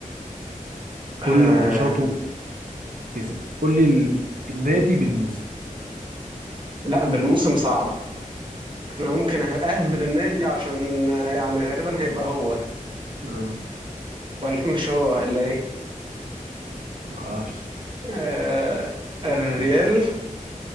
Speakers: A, on the right; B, on the right.
A: كل
B: آه
A: ماتشاته كسب قول لي ال- النادي بالموسم
B: لا بالموسم صعب انا ممكن أه- اهبد النادي عشان آه، يعني غالبا هيبقى هو
A: آه،
B: ولا مش هو ولا ايه
A: ما اعرفش
B: آه، الريال